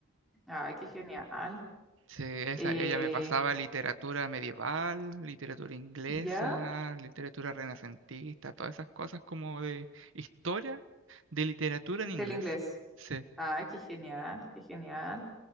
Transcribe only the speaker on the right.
Sí, esa,
ella me pasaba literatura medieval, literatura inglesa,
literatura renacentista, todas esas cosas como de historia de literatura
en inglés.
Sí.